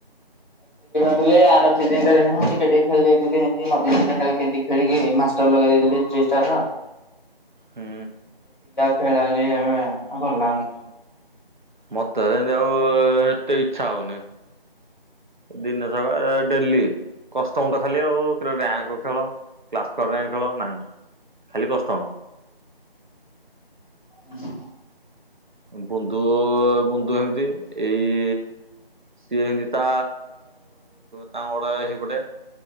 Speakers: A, on the left; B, on the right.
A: କହିଲି ଆର ସିଜନରେ ଟିକେ ଟିକେ ଖେଳି ଦେଇଥିଲି ଏନ୍ତି ମଝିରେ <unintelligible> ଖେଳିକି ମାଷ୍ଟର ଲଗେଇ ଦେଇଥିଲି ଯ। <unintelligible>
B: ହୁଁ।
A: ଖେଳାଳି ଆମେ ଆଉ ଭଲ ଲାଗୁନି।
B: ମତେ <unintelligible> ଆଉ ଏତେ ଇଚ୍ଛା ହଉନି। ଦିନେ <unintelligible> ଡେଲି କଷ୍ଟମ ତ ଖାଲି ଆଉ ରାଙ୍କ ଖେଳ। କ୍ଲାସ <unintelligible> ଖେଳ ନାହିଁ, ଖାଲି କଷ୍ଟମ।
A: ହୁଁ।
B: ବୁନ୍ଦୁ ବୁନ୍ଦୁ ଏମତି ଏଇ ସିଏ ଏମିତି ତା ତାଙ୍କର ହେଇପଟେ।